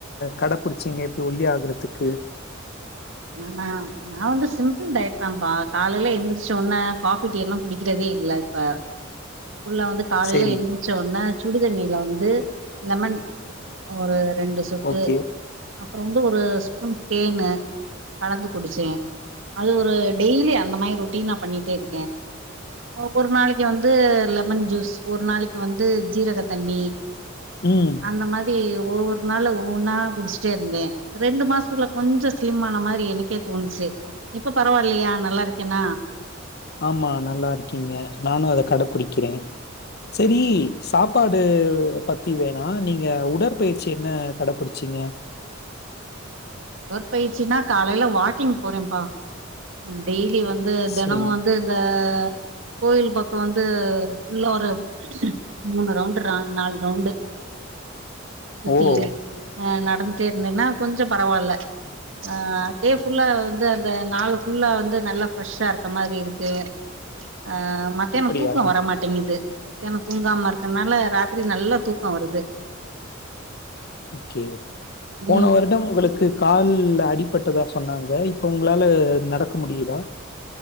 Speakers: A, on the left (about 55°); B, on the right (about 70°).
A: கடப்புடி ச்சீங்க இப்புடி ஒல்லியாகுறதுக்கு
B: நானா நா வந்து சிம்பிள் டயட் தாம்பா காலையில எந்திரிச்சோன காபி டீ எல்லாம் குடிக்கிறதே இல்ல இப்ப ஃபுல்லா வந்து காலையில
A: சரி,
B: எந்திரிச்ச ஒட்ன சுடிதண்ணியில வந்து லெமன் ஒரு ரெண்டு சொட்டு
A: ஓகே.
B: அப்புற வந்து ஒரு ஸ்பூன் தேன்னு கலந்து குடிச்சே அது ஒரு டெய்லி அந்த மாரி ரொட்டீன் நா பண்ணிட்டே இருக்கே நமக்கு ஒரு நாளைக்கு வந்து லெமன் ஜூஸ் ஒரு நாளைக்கு வந்து ஜீரக தண்ணி
A: ம்
B: அந்த மாதி ஒவ்வொரு நாள்ல ஒவ்வொன்னா குடிச்சிட்டே இருந்தே ரெண்டு மாசத்துல கொஞ்ச சிலிம்மான மாரி எனக்கே தோணுச்சு இப்ப பரவாயில்லையா நல்லா இருக்கேனா
A: ஆம்மா நல்லா இருக்கீங்க நானும் அத கடைபுடிக்கிறே சரி சாப்பாடு பத்தி வேணா நீங்க உடற்பயிற்சி என்ன கடப்புடிச்சீங்க
B: உடற்பயிற்சின்னா காலையில வாக்கிங் போறேம்பா ம் டெய்லி வந்து தெனமும்
A: சரி.
B: வந்து இந்தா கோயில் பக்கொ வந்து புல்லா ஒரு மூனு ரவுண்டு நால் நாலு ரவுண்டு சுத்தி
A: ஓ!
B: ஆ நடந்துட்டே இருந்தேன்னா கொஞ்சம் பரவாயில்ல ஆ அப்டியே ஃபுல்லா வந்து அந்த நாலு ஃபுல்லா வந்து நல்லா ஃப்ரெஷ்ஷா இருக்க மாரி இருக்கு ஆ மத்தியானொ
A: அப்படியா?
B: தூக்கம் வர மாட் டேங்குது மத்தியான தூங்காம இருக்கன்னால ராத்திரி நல்லா தூக்கொ வருது
A: ஓகே போன
B: ம்
A: வருடம் உங்களுக்கு கால் அடிப்பட்ட தா சொன்னாங்க இப்ப உங்களால நடக்க முடியுதா